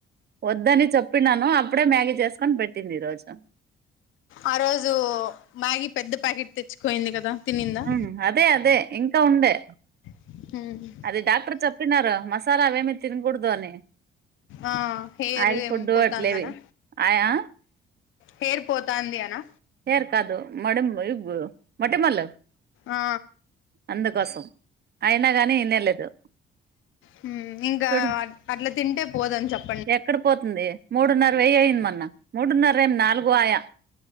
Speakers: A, on the right; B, on the left.
A: వద్దని చెప్పిండాను అప్పుడే మ్యాగీ చేసుకొని పెట్టింది ఈరోజు.
B: ఆ రోజు మ్యాగీ పెద్ద ప్యాకెట్ తెచ్చికోయింది కదా. తినిందా
A: అవును అదే అదే ఇంకా ఉంది.
B: హ.
A: అది డాక్టర్ చెప్పినారు మసాలా అవే తినకూడదు అని.
B: ఆ హియర్
A: ఆయిల్
B: ఏమో
A: ఫుడ్
B: పోతాందానా.
A: అట్లేవి ఆయా
B: హేర్ పోతాంది అనా.
A: హేర్ కాదు మేడం మొట్టమల్ళ
B: ఆ
A: అందుకోసం. అయినా గాని వినేలేదు
B: హ్మ్ ఇంకా
A: చూడు.
B: అట్లా తింటే పోదని చెప్.
A: ఎక్కడ పోతుంది మూడున్నర వెయ్య అయింది మొన్న మూడున్నర ఏమి నాలుగు ఆయా.